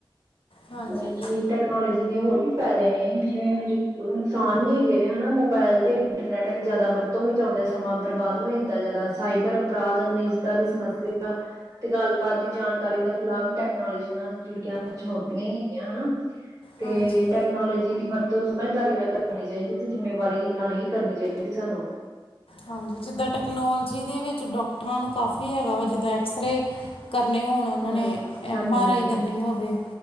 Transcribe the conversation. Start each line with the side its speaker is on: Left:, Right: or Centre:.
Left: ਹਾਂਜੀ
Right: ਜਿਵੇਂ ਕਿ ਟੈਕਨੋਲੋਜੀ ਦੇ ਹੋਰ ਵੀ ਫੈਦੇ ਨੇ ਜਿਵੇਂ ਉਂਝ ਨੁਕਸਾਨ ਵੀ ਹੈਗੇ ਨੇ ਹੈਨਾ ਮੋਬਾਇਲ ਦੇ ਇੰਟਰਨੈਟ ਜਾਦਾ ਵਰਤੋਂ ਵਿੱਚ ਆਂਦੇ, ਸਮਾਂ ਬਰਬਾਦ ਹੋ ਜਾਂਦਾ, ਜਾਦਾ ਸਾਈਬਰ ਅਪਰਾਧ ਨੇ ਦੀ ਸਮੱਸਿਆ ਤੇ ਗੱਲਬਾਤ ਦੀ ਜਾਨਕਾਰੀ ਦਾ ਫਿਲ ਟੈਕਨਾਲੋਜੀ ਨਾਲ ਜੁੜ ਗਿਆ ਚੁਨੋ ਚੁਨੌਤੀਆਂ ਹੀ ਹੈਗੀਆਂ ਹੈਨਾ ਤੇ
Left: ਹਾਂਜੀ
Right: ਟੈਕਨੋਲੋਜੀ ਦੀ ਵਰਤੋਂ ਸਮਝਦਾਰੀ ਨਾਲ ਕਰਨੀ ਚਾਈਦੀ ਤੇ ਜਿੰਮੇਵਾਰੀ ਨਾਲ ਹੀ ਕਰਨੀ ਚਾਈਦੀ ਸਾਨੂੰ।
Left: ਹਾਂਜੀ ਜਿੱਦਾਂ ਟੈਕਨੋਲਜੀ ਦੇ ਵਿੱਚ ਡਾਕਟਰਾਂ ਨੂੰ ਕਾਫ਼ੀ ਹੈਗਾ ਵਾ ਜਿਦਾਂ ਐਕਸਰੇ ਕਰਨੇ ਹੋਨ ੳਨਾਂ
Right: ਹੂੰ,
Left: ਨੇ
Right: ਹਾਂਜੀ-ਹਾਂਜੀ,
Left: ਐਮ ਆਰ ਆਈ ਕਰਨੀ ਹੋਵੇ